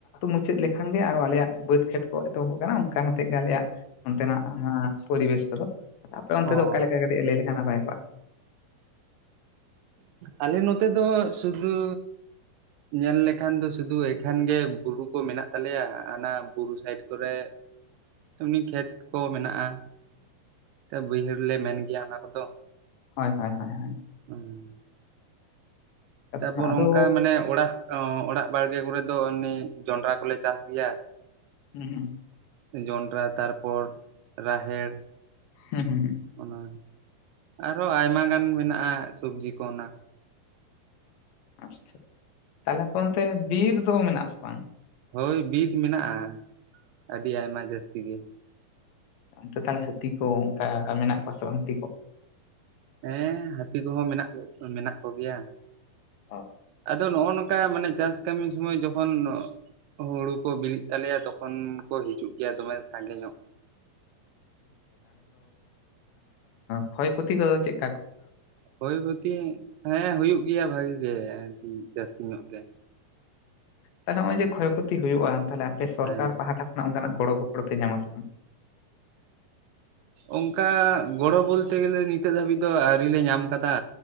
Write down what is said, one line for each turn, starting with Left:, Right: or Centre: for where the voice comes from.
Left: ᱢᱩᱪᱟᱹᱫ ᱞᱮᱠᱷᱟᱱ ᱜᱮ ᱟᱨᱚ ᱟᱞᱮᱭᱟᱜ ᱵᱟᱹᱫᱽ ᱠᱷᱮᱛ ᱠᱚ ᱮᱛᱚᱦᱚᱵ ᱠᱟᱱᱟ ᱚᱱᱠᱟᱛᱮᱜ ᱜᱮ ᱟᱞᱮᱭᱟᱜ ᱚᱱᱛᱮᱱᱟᱜ ᱯᱚᱨᱤᱵᱮᱥ ᱠᱚᱫᱚ ᱟᱯᱮ ᱚᱱᱛᱮ
Right: ᱚ
Left: ᱫᱚ ᱚᱠᱟ ᱞᱮᱠᱟ ᱠᱟᱹᱴᱤᱡ ᱞᱟᱹᱭ ᱞᱮᱠᱷᱟᱱ ᱱᱟᱯᱟᱭ ᱠᱚᱜᱼᱟ
Right: ᱟᱞᱮ ᱱᱚᱛᱮ ᱫᱚ ᱥᱩᱫᱷᱩ ᱧᱮᱞ ᱞᱮᱠᱷᱟᱱ ᱫᱚ ᱥᱩᱫᱷᱩ ᱮᱠᱷᱟᱱ ᱜᱮ ᱵᱩᱨᱩ ᱠᱚ ᱢᱮᱱᱟᱜ ᱛᱟᱞᱮᱭᱟ ᱚᱱᱟ ᱵᱩᱨᱩ ᱥᱟᱭᱤᱰ ᱠᱚᱨᱮ ᱮᱢᱱᱤ ᱠᱷᱮᱛ ᱠᱚ ᱢᱮᱱᱟᱜᱼᱟ ᱵᱟᱹᱭᱦᱟᱹᱲ ᱨᱮᱞᱮ ᱢᱮᱱ ᱜᱮᱭᱟ ᱚᱱᱟ ᱠᱚᱫᱚ
Left: ᱦᱳᱭ ᱦᱳᱭ ᱦᱳᱭ ᱦᱳᱭ
Right: ᱦᱮᱸ <inaudible>
Left: ᱠᱟᱛᱷᱟ
Right: ᱛᱟᱯᱚᱨ
Left: ᱠᱟᱱᱟ ᱟᱫᱚ
Right: ᱚᱱᱠᱟ ᱢᱟᱱᱮ ᱚᱲᱟᱜ ᱚᱲᱟᱜ ᱵᱟᱲᱜᱮ ᱠᱚᱨᱮ ᱫᱚ ᱮᱢᱱᱤ ᱡᱚᱱᱰᱨᱟ ᱠᱚᱞᱮ ᱪᱟᱥ ᱜᱮᱭᱟ
Left: ᱦᱮᱸ ᱦᱮᱸ <unintelligible>
Right: ᱡᱚᱱᱰᱨᱟ ᱛᱟᱨᱯᱚᱨ ᱨᱟᱦᱮᱲ
Left: ᱦᱩᱸ ᱦᱩᱸ ᱦᱩᱸ
Right: ᱚᱱᱟ ᱟᱨᱚ ᱟᱭᱢᱟ ᱜᱟᱱ ᱢᱮᱱᱟᱜᱼᱟ ᱥᱚᱵᱡᱤ ᱠᱚ ᱚᱱᱟ
Left: ᱟᱪᱷᱟᱷᱟ ᱛᱟᱦᱞᱮ ᱯᱷ ᱚᱱᱛᱮ ᱵᱤᱨ ᱫᱚ ᱢᱮᱱᱟᱜ ᱟᱥᱮ ᱵᱟᱝ
Right: ᱦᱳᱭ ᱵᱤᱨᱤᱫ ᱢᱮᱱᱟᱜᱼᱟ ᱟᱹᱰᱤ ᱟᱭᱢᱟ ᱡᱟᱹᱥᱛᱤ ᱜᱮ
Left: ᱛᱮ ᱛᱟᱦᱚᱞᱮ ᱦᱟᱹᱛᱤ ᱠᱚ ᱚᱱᱠᱟ ᱢᱮᱱᱟᱜ ᱠᱚᱣᱟ ᱥᱮ ᱵᱟᱝ ᱦᱟᱹᱛᱤ ᱠᱚ
Right: ᱦᱮᱸ ᱦᱟᱹᱛᱤ ᱠᱚᱦᱚᱸ ᱢᱮᱱᱟᱜ ᱢᱮᱱᱟᱜ ᱠᱚᱜᱮᱭᱟ
Left: ᱚ
Right: ᱟᱫᱚ ᱱᱚᱜᱼᱚ ᱱᱚᱝᱠᱟ ᱢᱟᱱᱮ ᱪᱟᱥ ᱠᱟᱹᱢᱤ ᱥᱚᱢᱚᱭ ᱡᱚᱠᱷᱚᱱ ᱦᱩᱲᱩ ᱠᱚ ᱵᱤᱞᱤᱜ ᱛᱟᱞᱮᱭᱟ ᱛᱚᱠᱷᱚᱱ ᱠᱚ ᱦᱤᱡᱩᱜ ᱜᱮᱭᱟ ᱫᱚᱢᱮ ᱥᱟᱸᱜᱮ ᱧᱚᱜ
Left: ᱠᱷᱚᱭᱯᱚᱛᱤ ᱠᱚ ᱪᱮᱫ
Right: ᱠᱷᱭ ᱵᱚᱛᱤ ᱦᱮᱸ ᱦᱩᱭᱩᱜ ᱜᱮᱭᱟ ᱵᱷᱟᱜᱤ ᱜᱮ ᱡᱟᱹᱥᱛᱤ ᱧᱚᱜ ᱜᱮ
Left: ᱛᱟᱦᱚᱞᱮ ᱱᱚᱜᱼᱚᱭ ᱡᱮ ᱠᱷᱚᱭ ᱠᱷᱚᱛᱤ ᱦᱩᱭᱩᱜᱼᱟ ᱛᱟᱦᱚᱞᱮ ᱟᱯᱮ ᱥᱚᱨᱠᱟᱨ
Right: ᱦᱮᱸ
Left: ᱯᱟᱦᱴᱟ ᱠᱷᱚᱱᱟᱜ ᱚᱱᱠᱟᱱᱟᱜ ᱜᱚᱲᱚ ᱜᱚᱯᱚᱲᱚ ᱯᱮ ᱧᱟᱢᱟ ᱥᱮ ᱵᱟᱝ
Right: ᱚᱱᱠᱟ ᱜᱚᱲᱚ ᱵᱚᱞᱛᱮ ᱜᱮᱞᱮ ᱱᱤᱛᱚᱜ ᱫᱷᱟᱹᱵᱤᱡ ᱫᱚ ᱟᱹᱣᱤᱞ ᱞᱮ ᱧᱟᱢ ᱟᱠᱟᱫᱟ